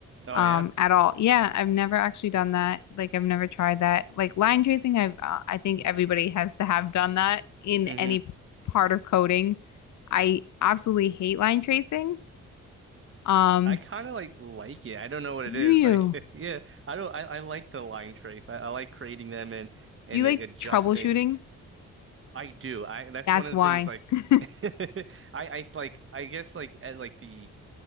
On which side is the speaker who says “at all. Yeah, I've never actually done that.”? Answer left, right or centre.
Left